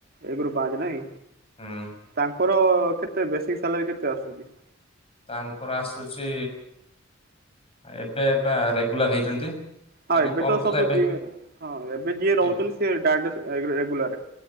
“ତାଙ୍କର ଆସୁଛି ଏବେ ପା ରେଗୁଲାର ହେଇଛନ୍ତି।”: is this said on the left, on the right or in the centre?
Left